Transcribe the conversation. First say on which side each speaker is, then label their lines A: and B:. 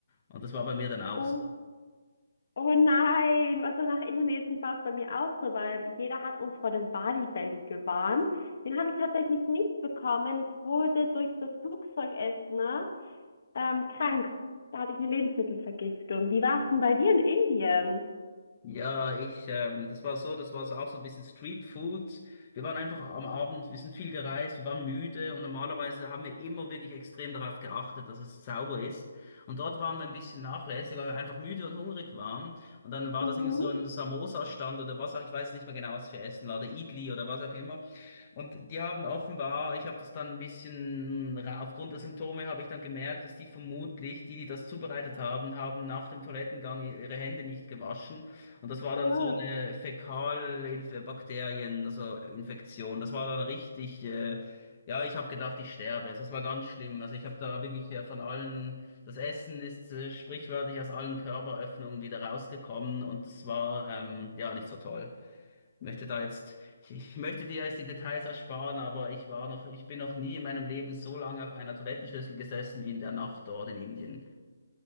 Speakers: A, on the left; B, on the left.
A: Und das war bei mir dann auch
B: Oh,
A: so.
B: oh nein, also nach Indonesien war es bei mir auch so, weil jeder hat uns vor dem Bali Belly gewarnt. Den habe ich tatsächlich nicht bekommen. Ich wurde durch das Flugzeugessen, ne, ähm, krank. Da hatte ich eine Lebensmittelvergiftung. Wie war es denn bei dir in Indien?
A: Ja, ich, ähm, das war so, das war so auch so ein bisschen Street Food. Wir waren einfach am Abend, wir sind viel gereist, wir waren müde und normalerweise haben wir immer wirklich extrem darauf geachtet, dass es sauber ist. Und dort waren wir ein bisschen nachlässig, weil wir einfach müde und hungrig waren. Und dann war
B: Mhm.
A: das irgendwie so ein Samosa-Stand oder was auch, ich weiß nicht mehr genau, was für Essen war, der Idli oder was auch immer. Und die haben offenbar, ich habe das dann ein bisschen, ra- aufgrund der Symptome habe ich dann gemerkt, dass die vermutlich, die, die das zubereitet haben, haben nach dem Toilettengang ihre Hände nicht gewaschen. Und das war
B: Äh.
A: dann so eine Fäkalbakterien, also Infektion. Das war dann richtig, äh, ja, ich habe gedacht, ich sterbe. Also es war ganz schlimm. Also ich habe da wirklich äh, von allen, das Essen ist äh, sprichwörtlich aus allen Körperöffnungen wieder rausgekommen und das war ähm, ja nicht so toll. Ich möchte da jetzt, ich, ich möchte dir jetzt die Details ersparen, aber ich war noch, ich bin noch nie in meinem Leben so lange auf einer Toilettenschüssel gesessen wie in der Nacht dort in Indien.